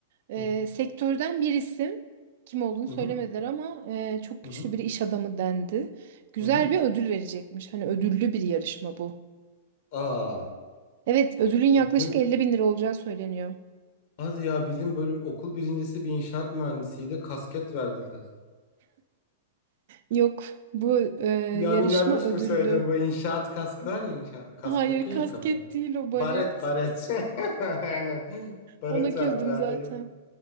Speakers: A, on the right; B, on the left.
A: Ee,
B: Hı
A: sektörden bir isim kim olduğunu söylemediler
B: hı
A: ama e, çok güçlü
B: hı hı.
A: bir iş adamı dendi. Güzel
B: hı hı.
A: bir ödül verecekmiş. Hani ödüllü bir yarışma bu.
B: Aa,
A: Evet ödülün yaklaşık
B: bizim
A: 50 bin lira olacağı söyleniyor.
B: hadi ya bizim bölüm okul birincisi bir inşaat mühendisiydi. Kasket verdiler.
A: Yok bu e,
B: Yani
A: yarışma
B: yanlış
A: ödüllü.
B: mı söyledim? Bu inşaat kaskı var ya inşaat kasktaki
A: Hayır kasket
B: ya kafa.
A: değil o Baret.
B: Baret baret. <laughs> Aynen. Baret
A: Ona güldüm
B: verdiler.
A: zaten.
B: Ee,